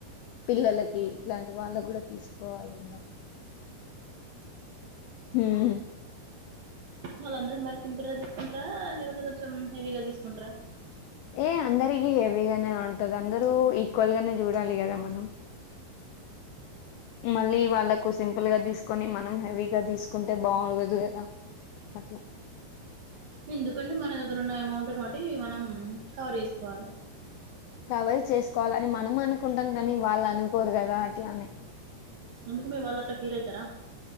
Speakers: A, on the left (about 85°); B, on the right (about 65°).
A: పిల్లలకి ఇట్లాంటి వాళ్ళక్ కూడా తీసుకోవాలి ఇంగా ఉహు
B: వాళ్ళందరికి మరి సింపుల్ గా తీసుకుంటారా లేకపోతే కొంచం హెవీగా తీసుకుంటారా
A: అంటే అందరికి హెవీగానే ఉంటది అందరు ఈక్వల్ గానే జుడాలి గదా మనం మళ్ళీ వాళ్ళకు సింపుల్ గా తీసుకుని మనం హెవీగా తీసుకుంటే బాగోదు గదా అట్లా
B: ఎందుకండి మన దగ్గర ఉన్న అమౌంట్ బట్టి మనం కవర్ చేసుకోవాలి
A: కావాల్ చేసుకోవాలని మనం అనుకుంటాం కానీ వాళ్ళనుకోరు గదా అట్లాని
B: ఎందుకు మీ వాళ్ళట్లా ఫీలైతారా